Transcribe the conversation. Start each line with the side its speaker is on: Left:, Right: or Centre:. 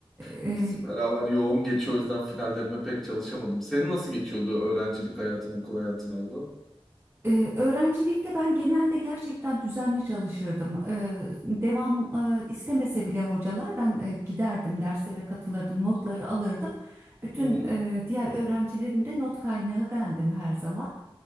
Right: Eee,
Centre: İkisi beraber yoğun geçiyor. O yüzden finallerime pek çalışamadım. Senin nasıl geçiyordu öğrencilik hayatın, okul hayatın abla?
Right: Ee, öğrencilikte ben genelde gerçekten düzenli çalışırdım. Ee, devam e, istemese bile hocalar ben e, giderdim derslere katılırdım, notları alırdım. Bütün
Centre: Hı hı.
Right: e, diğer öğrencilerin de not kaynağı bendim her zaman.